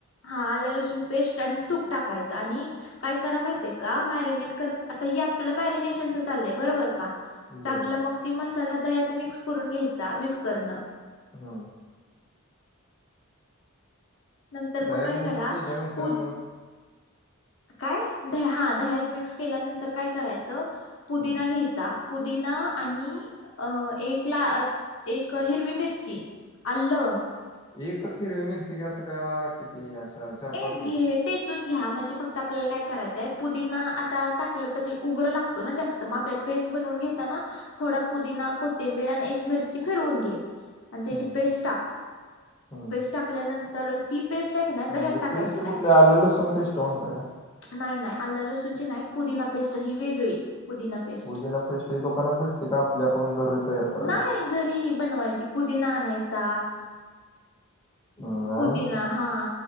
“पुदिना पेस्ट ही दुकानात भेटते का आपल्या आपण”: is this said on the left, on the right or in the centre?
Left